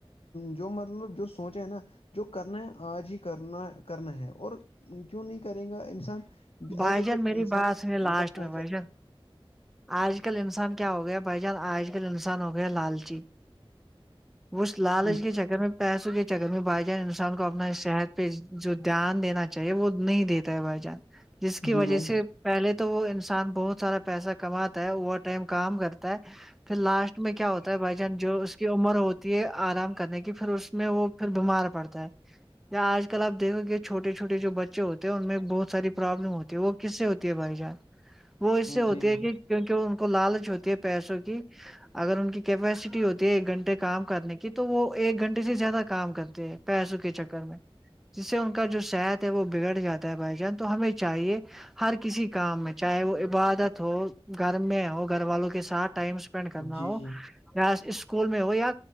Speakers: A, on the left; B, in the centre.
A: جو مطلب جو سوچا ہے نا جو کرنا ہے آج ہی کرنا کرنا ہے اور کیوں نہیں کرے گا انسان ایسے
B: بھائی جان
A: پھر
B: میری
A: انسان
B: بات میں لاسٹ
A: مطلب وہ
B: میں بھائی جان آج کل انسان کیا ہو گیا بھائی جان آج کل انسان ہو گیا لالچی اس لالچ
A: جو
B: کے چکر میں پیسوں کے چکر میں بھائی جان انسان کو اپنا صحت پہ جو دھیان دینا چاہیے وہ نہیں دیتا ہے بھائی جان جس کی
A: جی
B: وجہ
A: بھائی
B: سے پہلے تو وہ انسان بہت سارا پیسہ کماتا ہے اوور ٹائم کام کرتا ہے پھر لاسٹ میں کیا ہوتا ہے بھائی جان جو اس کی عمر ہوتی ہے آرام کرنے کی پھر اس میں وہ پھر بیمار پڑتا ہے یا آج کل آپ دیکھو گے چھوٹے چھوٹے جو بچے ہوتے ہیں ان میں بہت ساری پرابلم ہوتی ہے وہ کس سے ہوتی ہے بھائی جان وہ اس
A: جان،
B: سے ہوتی
A: جی جی
B: ہے کہ کیونکہ ان کو لالچ ہوتی ہے پیسوں کی اگر ان کی کیپیسٹی ہوتی ہے ایک گھنٹے کام کرنے کی تو وہ ایک گھنٹے سے زیادہ کام کرتے ہیں پیسوں کے چکر میں جس سے ان کا جو شات ہے وہ بگڑ جاتا ہے بھائی جان تو ہمیں چاہیے ہر کسی کام میں چاہے وہ عبادت ہو گھر میں ہو گھر والوں کے ساتھ ٹائم ڈپینڈ
A: جی
B: کرنا وہ
A: جی
B: چ اسکول میں ہو یا